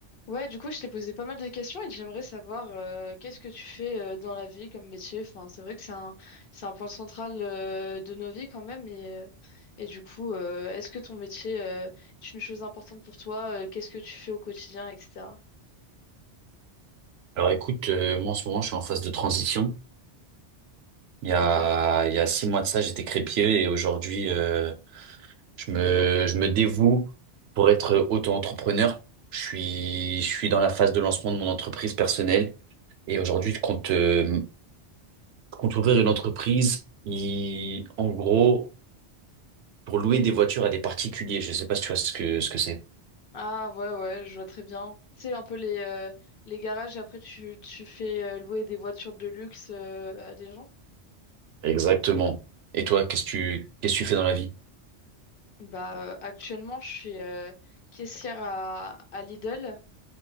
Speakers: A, on the left; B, on the right.
A: Ouais, du coup, je t'ai posé pas mal de questions et j'aimerais savoir euh, qu'est-ce que tu fais euh, dans la vie comme métier. Enfin, c'est vrai que c'est un, c'est un point central euh, de nos vies quand même. Et, euh, et du coup, euh, est-ce que ton métier euh, est une chose importante pour toi? Euh, qu'est-ce que tu fais au quotidien, etc.
B: Alors écoute, euh, moi en ce moment je suis en phase de transition. Il y a,
A: Ok.
B: il y a six mois de ça, j'étais crépier et aujourd'hui euh, je me, je me dévoue pour être auto-entrepreneur. Je suis, je suis dans la phase de lancement de mon entreprise personnelle et aujourd'hui je compte, euh, je compte ouvrir une entreprise qui, en gros, pour louer des voitures à des particuliers. Je sais pas si tu vois ce que, ce que c'est.
A: Ah ouais, ouais, je vois très bien. Tu sais, un peu les, euh, les garages, et après tu, tu fais euh, louer des voitures de luxe euh, à des gens.
B: Exactement. Et toi, qu'est-ce que tu, qu'est-ce que tu fais dans la vie?
A: Bah, euh, actuellement, je suis euh, caissière à, à Lidl.